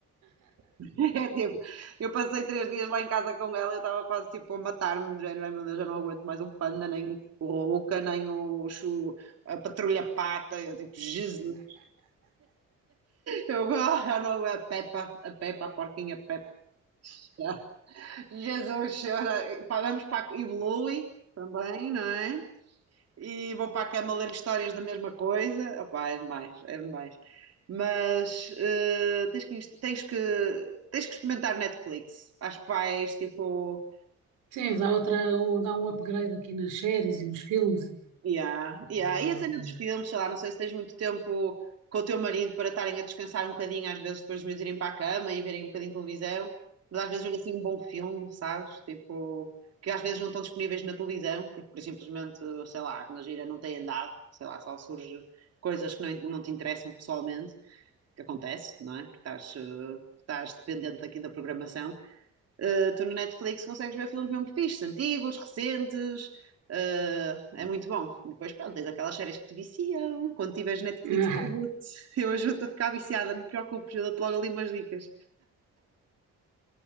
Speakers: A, on the right; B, on the right.
A: <laughs> É tipo, eu passei três dias lá em casa com ela, eu estava quase tipo a matar-me, do género, ai meu Deus, eu não aguento mais o panda, nem o rouca nem o, chu- a patrulha pata. Eu tipo, Jesus, eu ah, já não, aguento a Peppa, a Peppa, a porquinha Peppa. <laughs> Jesus, chora. Pá, vamos para a- e o Bluey também, não é? e vou para a cama ler histórias da mesma coisa. Opá, é demais, é demais. Mas eh, tens que, inst- tens que, tens que experimentar Netflix. Acho que vais, tipo.
B: Sim, dá outra, um, dá um upgrade aqui nas séries e nos filmes e,
A: Yeah,
B: e
A: yeah.
B: vale
A: E a cena
B: a pena.
A: dos filmes, sei lá, não sei se tens muito tempo com o teu marido para estarem a descansar um bocadinho, às vezes depois de meus irem para a cama e verem um bocadinho de televisão, mas às vezes ver assim um bom filme, sabes? Tipo, que às vezes não estão disponíveis na televisão, porque por simplesmente, sei lá, na gira não tem andado, sei lá, só surge coisas que não, não te interessam pessoalmente, que acontece, não é? Porque estás, eh, estás dependente daqui da programação. Uh, tu no Netflix consegues ver filmes mesmo fixes, antigos, recentes, uh, é muito bom. Depois, pronto, tens aquelas séries que te viciam. Quando tiveres Netflix,
B: <laughs>
A: eu ajudo-te <laughs> eu ajudo-te a ficar viciada, não te preocupes, eu dou-te logo ali umas dicas.